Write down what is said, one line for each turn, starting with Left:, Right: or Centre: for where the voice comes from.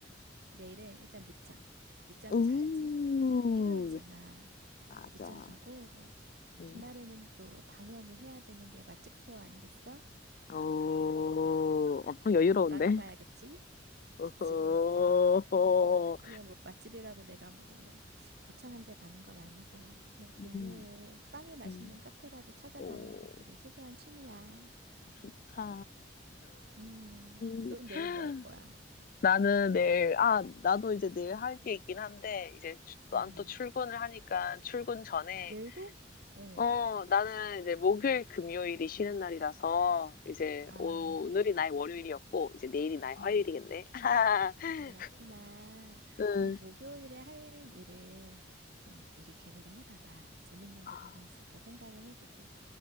Right: 내일은 일단 늦잠. 늦잠을
Left: 우,
Right: 자야지. 일요일이잖아.
Left: 맞아.
Right: 늦잠 자고
Left: 음,
Right: 주말에는 또 당연히 해야 되는 게 맛집 투어 아니겠어?
Left: 어, 엄청 여유로운데?
Right: 어, 나가봐야겠지?
Left: <laughs>
Right: 그치?
Left: 어,
Right: 하지만 뭐 맛집이라고 내가 뭐 거창한 데 가는 건 아니고 그냥 동네에
Left: 음,
Right: 빵이 맛있는
Left: 음,
Right: 카페라도 찾아가는
Left: 오,
Right: 게 또 내 소소한 취미야.
Left: 좋다.
Right: 음, 넌
Left: <laughs>
Right: 내일 뭐 할 거야?
Left: 나는 내일, 아, 나도 이제 내일 할 게 있긴 한데, 이제 난
Right: 음,
Left: 또 출근을 하니까 출근 전에,
Right: 내일도? 어.
Left: 어, 나는 이제 목요일, 금요일이 쉬는 날이라서, 이제
Right: 아,
Left: 오늘이 나의 월요일이었고, 이제 내일이 나의 화요일이겠네.
Right: 음.
Left: <laughs>
Right: 그렇구나.
Left: 응.
Right: 그럼 목요일에 할 일을 좀 미리 계획을 해봐봐. 재밌는
Left: 아,
Right: 게 뭐가 있을까 생각을 해보고.